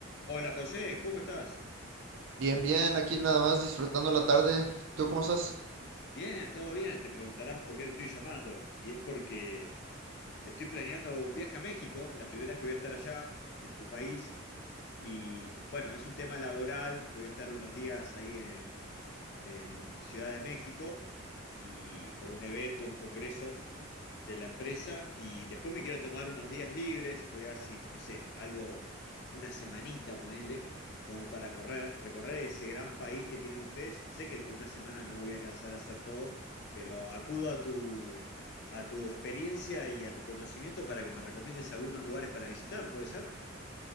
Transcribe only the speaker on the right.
Bien, bien, aquí nada más disfrutando la tarde. ¿Tú cómo estás?